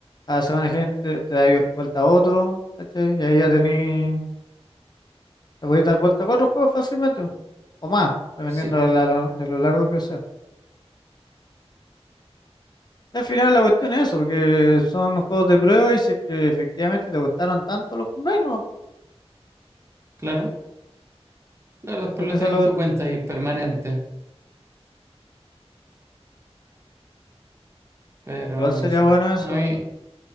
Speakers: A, on the left (about 40°); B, on the right (about 25°).
A: a la semana gente te da vuelta a otro, ¿cachai? Y ahí ya tení, te podés dar vuelta a cuatro juegos fácilmente, o más, dependiendo
B: sí,
A: de, la lo, de lo largo que sea. Y al final la cuestión es eso, que son juegos de prueba y si es que efectivamente te gustaron tanto los compráis, no,
B: claro. Claro, después
A: es
B: lo
A: que esa
B: tenía
A: es la
B: en
A: cuestión.
B: tu cuenta y permanente, pero
A: Igual sería
B: no sé.
A: bueno eso.
B: A mí,